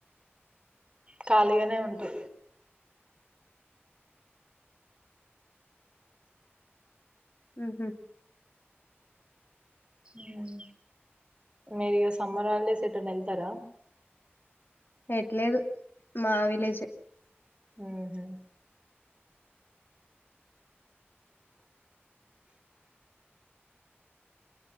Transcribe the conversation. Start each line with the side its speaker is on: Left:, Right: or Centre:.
Right: ఖాళీగానే ఉంటా.
Left: ఊహు.
Right: ఊమ్మ్. మీరిగా సమ్మర్ హాలిడేస్ ఎటనెళ్తారా.? !
Left: ఎట్లేదు., మా విలేజె.
Right: ఊహు.